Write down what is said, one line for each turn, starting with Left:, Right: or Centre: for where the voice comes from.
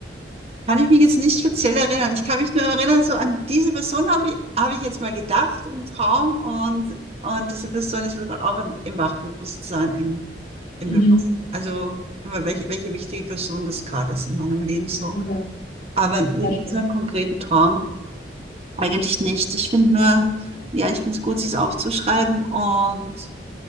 Right: Kann ich mich jetzt nicht speziell erinnern. Ich kann mich nur erinnern, so an diese Person habe ich, habe ich jetzt mal gedacht im Traum und, und diese Person ist mir dann auch im, im Wachbewusstsein, im, im
Left: Mhm.
Right: Bewusstsein. Also immer welche, welche wichtige Person das gerade ist in meinem Leben so.
Left: Okay,
Right: Aber n-
Left: ja, spannend.
Right: so einen konkreten Traum eigentlich nicht. Ich finde nur, ja, ich finde es gut, sich aufzuschreiben und